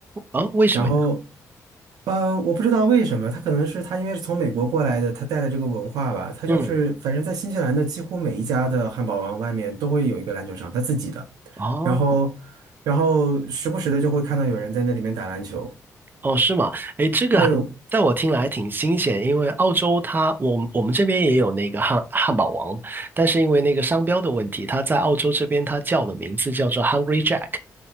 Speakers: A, on the right; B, on the right.
A: 啊，为什么呀
B: 然后呃，我不知道为什么，他可能是他因为是从美国过来的，他带了这个文化吧，他就是反正在新西兰的几乎每一家的汉堡王外面都会有一个篮球场，
A: 嗯，
B: 他自己的，
A: 哦
B: 然后然后时不时的就会看到有人在那里面打篮球。
A: 哦，是吗？诶，这个还在我听来还挺新鲜，
B: 对，
A: 因为澳洲它，我们我们这边也有那个汉汉堡王，但是因为那个商标的问题，它在澳洲这边它叫的名字叫做 Hungry Jack。